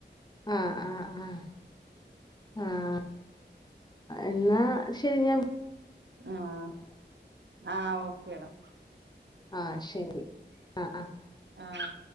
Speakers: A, on the left (about 25°); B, on the right (about 70°).
A: ആഹ് ആഹ് ആഹ് ആഹ് എന്നാ ശ- - ശരിഞാൻ
B: ആഹ് ആഹ് ഓക്കേടാ
A: ആഹ് ശരി ആഹ് ആഹ്
B: ആഹ്